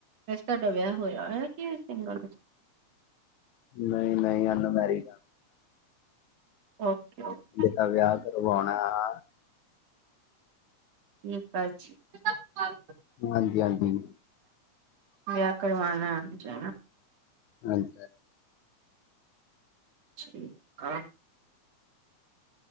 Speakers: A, on the right; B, on the left.
A: ਤੁਹਾਡਾ ਵਿਆਹ ਹੋਇਆ ਕਿ ਸਿੰਗਲ
B: ਨਹੀਂ ਨਹੀਂ ਅਨ ਮੈਰੈੱਡ
A: ਓਕੇ ਓਕੇ
B: ਹਜੇ ਤਾਂ ਵਿਆਹ ਕਰਵਾਉਣਾ ਆ
A: ਠੀਕ ਅ
B: ਹਾਂਜੀ ਹਾਂਜੀ
A: ਵਿਆਹ ਕਰਵਾਂ ਨਾ ਹਜੇ
B: <unintelligible>
A: <unintelligible>